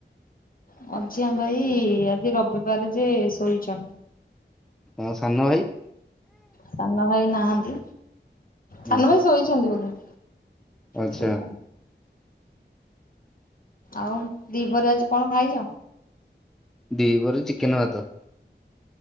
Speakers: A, on the left; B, in the centre.
A: ମଝିଆ ଭାଇ ଆଜି ରବିବାର ଯେ ଶୋଇଛନ୍ତି।
B: ତୁମ ସାନ ଭାଇ?
A: ସାନ ଭାଇ ନାହାନ୍ତି,
B: ହୁଁ
A: ସାନ
B: ହୁଁ
A: ଭାଇ ଶୋଇଛନ୍ତି ବୋଧେ।
B: ଆଚ୍ଛା
A: ସୋଇଛନ୍, ଆଉ ଦିପରେ ଆଜି କ'ଣ ଖାଇଛ?
B: ଦି ପହରେ ଚିକେନ ଭାତ।